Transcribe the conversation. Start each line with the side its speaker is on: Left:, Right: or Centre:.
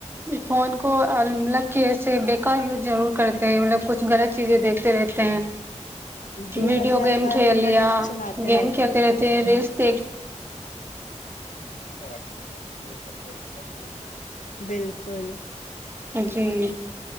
Right: فون کو الگ طریقے سے بیکار یوز ضرور کرتے ہیں مطلب کچھ غلط چیزیں دیکھتے رہتے ہیں
Left: بھی
Right: ویڈیو
Left: مطلب
Right: گیم
Left: کا
Right: کھیل
Left: ریل
Right: لیا
Left: وغیرہ چلاتے
Right: گیم کھیلتے رہتے ہے ریلس <inaudible>
Left: تو اچھا مہگا بھی ہو سکتا ہے سب ہیں بالکل
Right: جی